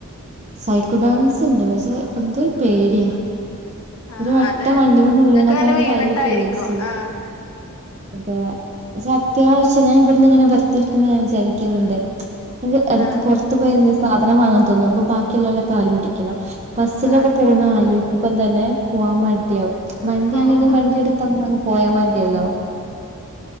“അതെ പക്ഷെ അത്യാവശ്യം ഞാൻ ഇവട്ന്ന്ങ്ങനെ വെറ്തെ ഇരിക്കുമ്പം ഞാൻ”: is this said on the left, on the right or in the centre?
Right